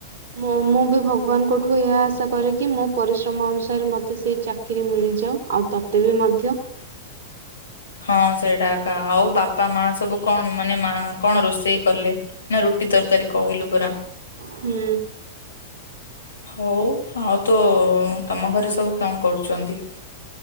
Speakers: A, on the right (about 60°); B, on the left (about 85°).
A: ମୁ ମୁଁ ବି ଭଗବାନଙ୍କଠୁ ଏହା ଆଶା କରେ କି ମୋ ପରିଶ୍ରମ ଅନୁସାରେ ମତେ ସେ ଚାକିରି ମିଳିଯିବ। କୀଉଁ ଆଉ ତୋତେ ବି ମଧ୍ୟ
B: ହଁ ସେଇଟା ଏକ ଆଉ ବାପା ବାପା ମା ସବୁ କଣ ମାନେ ମା କଣ ରୋଷେଇ କଲେ? ନା ରୁଟି ତରକାରୀ କହିଲୁ ପରା <unintelligible>
A: ହୁଁ।
B: ହଉ ଆଉ ତ ତମ ଘରେ ସବୁ କଣ କରୁଛନ୍ତି?